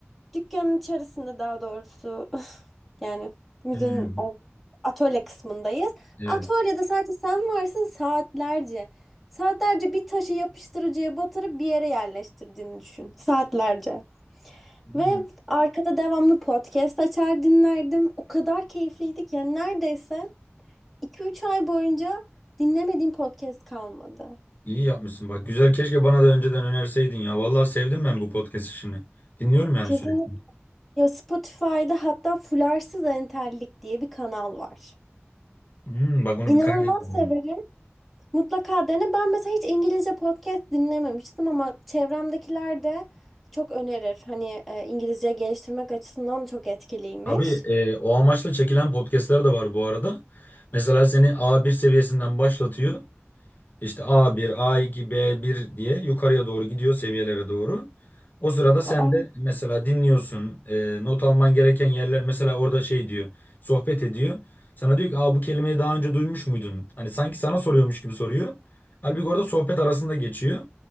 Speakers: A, in the centre; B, on the left (about 40°).
A: Dükkanın içerisinde daha doğrusu <laughs> Yani müzenin
B: Hmm,
A: o atölye kısmındayız.
B: Evet.
A: Atölyede sadece sen varsın saatlerce. Saatlerce bir taşı yapıştırıcıya batırıp bir yere yerleştirdiğini düşün. Saatlerce.
B: Aa,
A: Ve arkada devamlı podcast açar dinlerdim. O kadar keyifliydi ki yani neredeyse iki üç ay boyunca dinlemediğim podcast kalmadı.
B: İyi yapmışsın bak. Güzel keşke bana da önceden önerseydin ya. Vallahi sevdim ben bu podcast işini. Dinliyorum yani
A: Kesinlikle
B: sürekli.
A: ya Spotify'da hatta Fularsız Entellik diye bir kanal var.
B: Hmm, bak onu
A: İnanılmaz
B: bir kaydedeyim.
A: severim. Mutlaka dene. Ben mesela hiç İngilizce podcast dinlememiştim ama çevremdekiler de çok önerir. Hani e, İngilizce geliştirmek açısından çok etkiliymiş.
B: Tabii e, o amaçla çekilen podcastler de var bu arada. Mesela seni a bir seviyesinden başlatıyor. İşte a bir, a iki, b bir diye yukarıya doğru gidiyor seviyelere doğru. O sırada sen
A: Aa,
B: de mesela dinliyorsun. e, not alman gereken yerler mesela orada şey diyor. Sohbet ediyor. Sana diyor ki Aa, bu kelimeyi daha önce duymuş muydun? Hani sanki sana soruyormuş gibi soruyor. Halbuki orada sohbet arasında geçiyor.